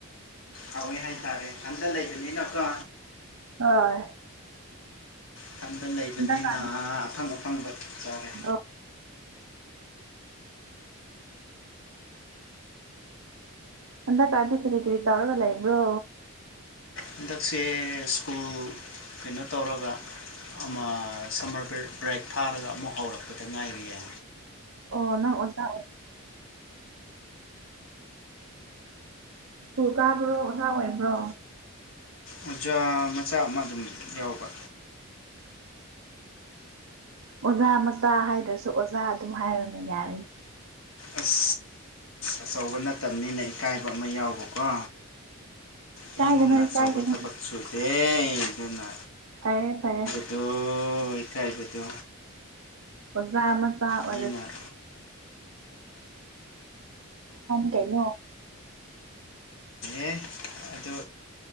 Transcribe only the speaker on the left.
ꯍꯋꯦ ꯍꯥꯏꯇꯥꯔꯦ ꯍꯟꯗ ꯂꯩꯕꯅꯤꯅꯀ
ꯃꯊꯟꯗ ꯂꯩꯕꯅꯤꯅ
ꯑꯐꯪ ꯑꯐꯪꯕ ꯆꯥꯔꯦ
ꯍꯟꯗꯛꯁꯦ ꯁ꯭ꯀꯨꯜ ꯀꯩꯅꯣ ꯇꯧꯔꯒ ꯑꯃ ꯁꯝꯃꯔ ꯕ꯭ꯔꯦꯛ ꯊꯥꯔꯒ ꯑꯃꯨꯛ ꯍꯧꯔꯛꯄꯗ ꯉꯥꯏꯔꯤꯑ
ꯑꯣꯖꯥ ꯃꯆꯥ ꯑꯃ ꯑꯗꯨꯝ ꯌꯥꯎꯕ
ꯑꯁ ꯑꯆꯧꯕ ꯅꯠꯇꯕꯅꯤꯅ ꯏꯀꯥꯏꯕ ꯑꯃ ꯌꯥꯎꯕꯀꯣ
ꯃꯤꯒꯨꯝꯅ
ꯑꯆꯧꯕ ꯊꯕꯛ ꯁꯨꯗꯦ ꯑꯗꯨꯅ
ꯑꯗꯨ ꯏꯀꯥꯏꯕꯠꯇꯣ
ꯃꯤꯅ
ꯏ ꯑꯗꯨ